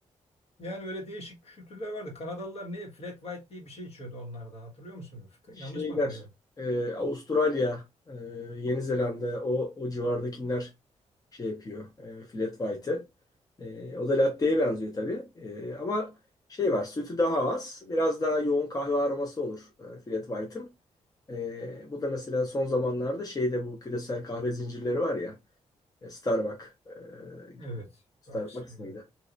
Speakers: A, on the left (about 60°); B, on the left (about 30°).
A: Yani öyle değişik kültürler vardı. Kanadalılar ne flat white diye bir şey içiyordu onlar da hatırlıyor musun? F-
B: Şeyler
A: Yanlış mı hatırlıyorum?
B: e, Avustralya, e, Yeni Zelanda o o civardakiler şey yapıyor. E, flat white'ı. E, o da latte'ye benziyor tabii. E, ama şey var sütü daha az. Biraz daha yoğun kahve aroması olur e, flat white'ın. E, bu da mesela son zamanlarda şeyde bu küresel kahve zincirleri var ya. e, Starbucks. e,
A: Evet.
B: Starbucks
A: Box. e,
B: mıydı?